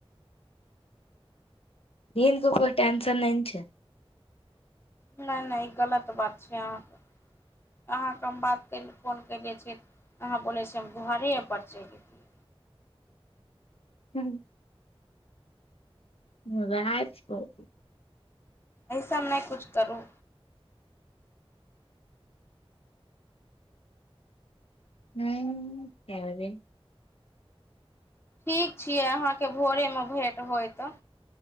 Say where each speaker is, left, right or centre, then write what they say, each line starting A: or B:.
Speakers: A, on the left; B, on the left.
A: दीनकनककर टेन्सन नहि छै
B: नहि नहि ई गलत बात छै अहाँके अहाँकेँ हम बात करय फोन कयले छिय अहाँ बोलै छियै हम घरेपर चलि अयतियै
A: ह्म ह वएह कह
B: अइसन नहि किछु करू
A: हू करे
B: ठीक छियै अहाँके भोरेमे भेट होय तऽ